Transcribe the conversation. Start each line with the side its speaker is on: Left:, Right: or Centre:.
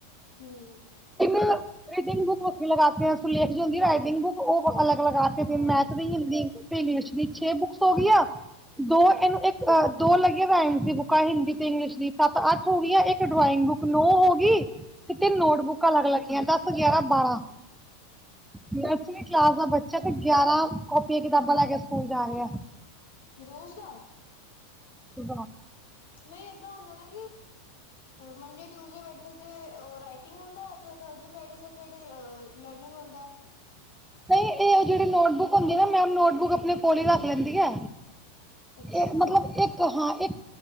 Left: ਹਂ
Centre: ਮਤਲਬ ਰੀਡਿੰਗ ਬੁੱਕ ਵੱਖਰੀ ਲਗਾਤੀਆਂ, ਸੁਲੇਖ ਜਿਹੀ ਹੁੰਦੀ ਐ ਨਾ ਰਾਈਟੀਗ ਬੁੱਕ ਉਹ ਵਖ ਅਲੱਗ ਲਗਾਤੀ ਫ਼ਿਰ
Left: ਹਾਂ
Centre: ਮੈਥ ਵੀ, ਹਿੰਦੀ ਇੰਗਲਿਸ਼ ਦੀ ਛੇ ਬੁੱਕਸ ਹੋ ਗਈਆਂ। ਦੋ
Left: ਹਾਂ
Centre: ਇਹਨੂੰ ਇੱਕ ਅ ਦੋ ਲੱਗੀਆਂ, <inaudible> ਬੁੱਕਾਂ ਹਿੰਦੀ ਤੇ ਇੰਗਲਿਸ਼ ਦੀ, ਸੱਤ ਅੱਠ ਹੋ ਗਈਆ, ਇੱਕ ਡਰਾਇੰਗ ਬੁੱਕ, ਨੋ ਹੋਗੀ। ਤੇ ਤਿੰਨ ਨੋਟਬੁੱਕਾਂ
Left: ਹੂੰ
Centre: ਅਲੱਗ ਲੱਗੀਆਂ ਦਸ। ਗਿਆਰਾਂ ਬਾਰਾਂ, ਨਰਸਰੀ ਕਲਾਸ ਦਾ ਬੱਚਾ ਤੇ ਗਿਆਰਾਂ ਕਾੱਪੀਆਂ, ਕਿਤਾਬਾਂ ਲੈ ਕੇ ਸਕੂਲ ਜਾ ਰਿਹਾ।
Left: ਰੋਜ਼ ਦਾ
Centre: ਵਾਹ।
Left: ਨਈਂ ਏਦਾਂ ਹੁੰਦਾ ਨਾ ਕਿ ਮੰਡੇ, ਟਿਊਸਡੇ, ਵੈਟਨਸਡੇ, ਰਾਈਟਿੰਗ ਹੁੰਦਾ ਅਤੇ ਥਰਸਡੇ, ਫਰਾਈਡੇ, ਸੇਚਰਡੇ ਲਰਨਿੰਗ ਹੁੰਦਾ। <unintelligible>
Centre: ਨਹੀਂ ਇਹ ਜਿਹੜੀ ਨੋਟਬੁੱਕ ਹੁੰਦੀ ਨਾ, ਮੈਮ ਨੋਟਬੁੱਕ ਆਪਣੇ ਕੋਲ ਹੀ ਰੱਖ ਲੈਂਦੀ ਹੈ।
Left: ਅੱਛਾ
Centre: ਇਹ ਮਤਲਬ ਇੱਕ ਹਾਂ, ਇੱਕ